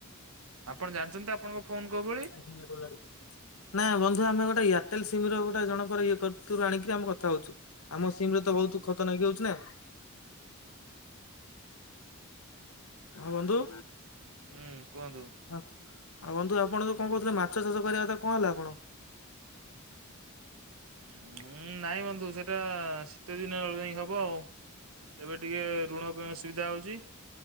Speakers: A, on the right; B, on the left.
A: ଆପଣ ଜାଣିଚନ୍ତି ତା ଆପଣ ଙ୍କ ଫୋନ କ
B: <unintelligible>
A: ବି
B: ନା ବନ୍ଧୁ ଆମେ ଗୋଟେ ଇୟାରଟେଲ ସିମ୍ ର ଗୋଟେ ଜଣକର ଇଏ କରତୂରୁ ଆଣିକି ଆମେ କଥା ହଉଚୁ। ଆମ ସିମ ରେ ତ ବହୁତ ଖତ ନାଗିହଉଚି ନା। ହଁ ବନ୍ଧୁ।
A: ହୁଁ କୁହନ୍ତୁ।
B: ଆଉ ବନ୍ଧୁ ଆପଣ ଯୋଉ କଂ କହୁଥିଲେ ମାଛ ଚାଷ କରିବା କଥା କଣ ହେଲା ଆପଣ
A: ଉଁ ନାଇଁ ବନ୍ଧୁ ସେଟା ଶୀତ ଦିନ ବେଳୁଇଁ ହବ ଆଉ। ଏବେ ଟିକେ ଋଣ ପାଇଁ ଅସୁବିଧା ହଉଚି।